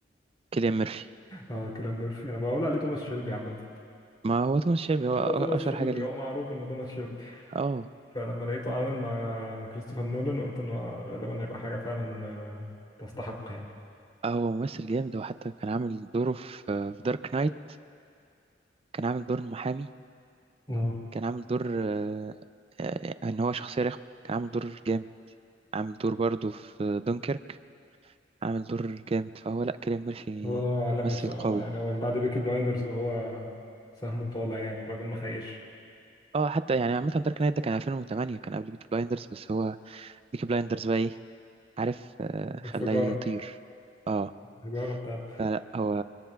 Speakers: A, on the right; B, on the left.
A: كيليان ميرفي
B: اه كيليان ميرفي انا بقول عليه توماس شيلبي عامه
A: ما هو توماس شيلبي هو
B: هو
A: أ-
B: توماس
A: أشهر
B: شيلبي
A: حاجة ليه
B: هو معروف انه توماس شيلبي
A: اه
B: فلما لقيته عامل مع كريستوفر نولان قلت انه غالبا هيبقى حاجه فعلا آه، تستحق يعني
A: آه، هو ممثل جامد هو حتى كان عامل دوره في في دارك نايت كان عامل دور المحامي
B: اه
A: كان عامل دور آه، آه، ان هو شخصية رخمة كان عامل دور جامد عامل دور برضه في دونكيرك عامل دور جامد فهو لا كيليان ميرفي
B: هو عالمي
A: ممثل
B: بصراحه
A: قوي
B: يعني هو من بعد بيكي بلايندرز وهو سهمه طالع يعني الراجل ما خيش
A: اه حتى يعني عامة دارك نايت ده كان 2008 كان قبل بيكي بلايندرز بس هو بيكي بلايندرز بقى ايه عارف آه
B: انفجاره
A: خلاه يطير اه
B: الانفجاره بتاعته
A: لا لا هو